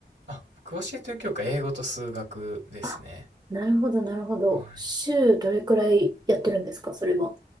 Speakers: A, on the right; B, on the right.
A: あ、僕教えてる教科、英語と数学ですね。
B: あ、なるほど、なるほど。
A: はい。
B: 週どれくらいやってるんですか、それは。